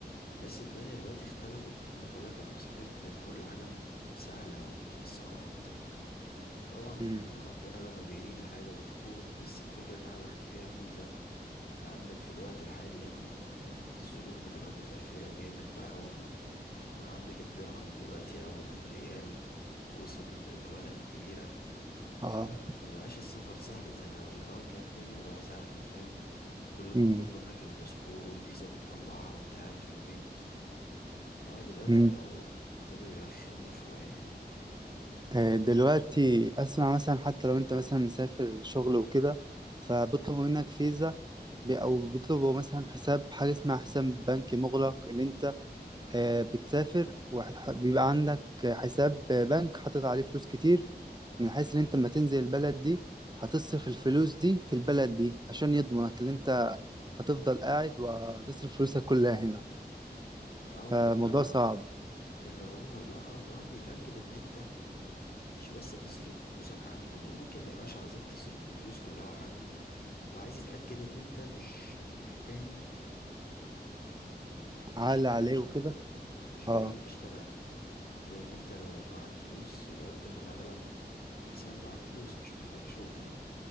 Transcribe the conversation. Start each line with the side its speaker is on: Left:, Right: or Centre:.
Left: بس الدنيا دلوقتي اختلفت انا بقول لك لما سافرت كانت كل حاجة م- سهلة ومتيسرة وبتاع طبعا
Right: مم.
Left: ربنا لما بيريد حاجة بتكون بس الفكرة ان انا بحكي فيها ان انت عندك في الوقت الحالي هنا آه، الظروف بتبقى متقفلة جامد بقى وال... وعندك الدرهم دلوقتي او الريال وصل لمبالغ كبيرة ف...
Right: اه
Left: فمبقاش السفر سهل زي الاول الاول كانت الدنيا بقى سهلة فاهم كل مطلوب
Right: مم.
Left: منك الباسبور والفيزا بتطلعها وانت قاعد في البيت و... انما دلوقتي
Right: مم.
Left: بقوا ابتدوا يرخموا شوية يعني.
Right: آه، دلوقتي اسمع مثلا حتى لو انت مثلا مسافر شغل وكده فبيطلبوا منك فيزا بي- او بيطلبوا مثلا حساب حاجه اسمها حساب بنكي مغلق اللي انت آه، بتسافر وبيبقى عندك حساب بنك حاطط عليه فلوس كتير من حيث ان انت لما تنزل البلد دي هتصرف الفلوس دي في البلد دي عشان يضمنك ان انت هتفضل قاعد وهتصرف فلوسك كلها هنا
Left: او
Right: فالموضوع
Left: اللي هو
Right: صعب
Left: اللي هو لا هو كمان بيتأكد ان انت مش بس تصرف فلوسك عنده هو ممكن ما يبقاش عايزك تصرف الفلوس كلها عنده هو عايز يتأكد ان انت مش مش جاي تشتغل
Right: عال عليه وكده
Left: مش
Right: اه
Left: جاي تشتغل لان انت لو معاك فلوس يبقى انت في الاغلب انسان معاك فلوس مش محتاج شغل يعني